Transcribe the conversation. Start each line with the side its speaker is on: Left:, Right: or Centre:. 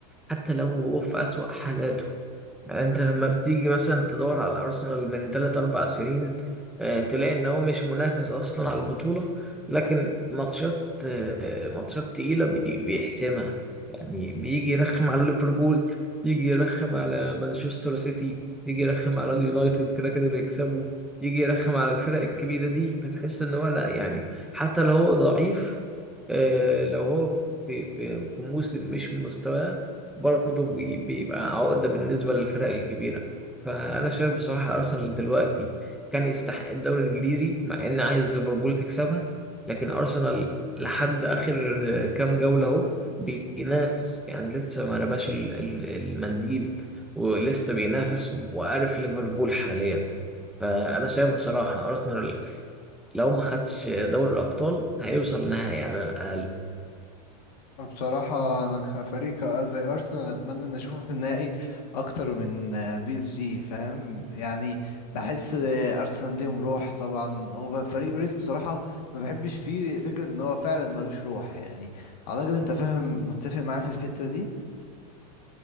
Centre: حتى لو هو في أسوأ حالاته انت لما بتيجي مثلا تدور على ارسنال من 3 4 سنين آه، تلاقي ان هو مش منافس اصلا على البطوله لكن ماتشات آه، ماتشات تقيله بي- بيحسمها يعني بيجي يرخم على ليفربول يجي يرخم على مانشستر سيتي يجي يرخم على اليونايتد كده كده بيكسبوا يجي يرخم على الفرق الكبيره دي فتحس ان هو لا يعني حتى لو هو ضعيف آه، لو هو في في في موسم مش مستواه برضه بي- بيبقى عقدة بالنسبة للفرق الكبيرة فأنا شايف بصراحة أرسنال دلوقتي كان يستحق الدوري الإنجليزي مع إني عايز ليفربول تكسبها لكن أرسنال لحد آخر آه، كام جولة أهو بينافس يعني لسه ما رماش ال- ال- المنديل ولسه بينافس وعارف ليفربول حاليا فأنا شايف بصراحة أرسنال لو ما خدش دوري الأبطال هيوصل نهائي على الأقل
Left: بصراحة أنا كفريق ك- زي أرسنال أتمنى إن أشوفه في النهائي أكتر من آه، بي إس جي فاهم يعني بحس آه، أرسنال ليهم روح طبعا وفريق باريس بصراحة ما بحبش فيه فكرة إن هو فعلا ملوش روح يعني أعتقد أنت فاهم متفق معايا في الحتة دي